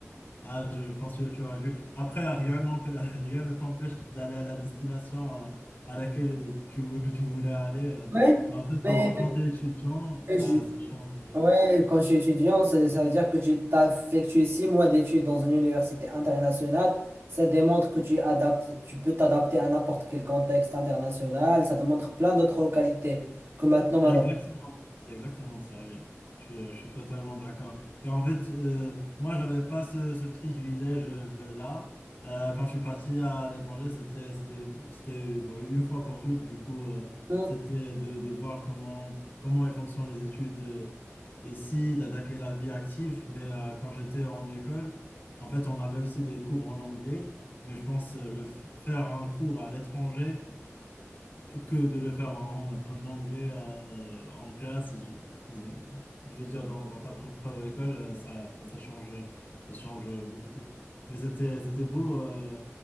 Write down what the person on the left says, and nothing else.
Ah, je, je pense que tu aurais dû. Après, rien n'empê- <laughs> rien ne t'empêche d'aller à la destination euh, à laquelle tu, vou- tu voulais aller. euh.
Mais en fait,
dans, quand tu es étudiant, ça,
ça change.
Exactement, c'est exactement ça, oui. Je suis, je suis totalement d'accord. Car en fait, euh, moi, je n'avais pas ce, ce privilège-là. Euh, quand je suis parti à l'étranger, c'était c'était- c'était, oui, une fois pour toutes. Du coup, euh,
c'était de, de voir comment, comment ils fonctionnent les études euh, ici d'attaquer la vie active. Mais euh, quand j'étais en école, en fait, on avait aussi des cours en anglais. Mais je pense euh, le f- faire un cours à l'étranger, que de le faire en, en anglais euh, en classe. Je, je veux dire, dans, dans ta propre école, euh, ça, ça change, ça change beaucoup. Mais c'était, c'était beau. euh.